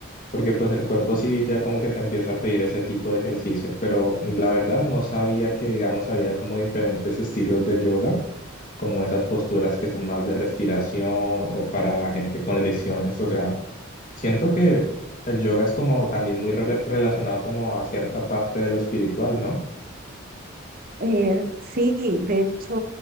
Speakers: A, on the left; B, on the right.
A: porque pues el cuerpo sí ya como que te empieza a pedir ese tipo de ejercicio, pero mm, la verdad no sabía que digamos había como diferentes estilos de yoga, como esas posturas que son más de respiración o para gente con lesiones, o sea, siento que el yoga es como también muy rela- relacionado como a cierta parte de lo espiritual, ¿no?
B: Eh, sí, de hecho,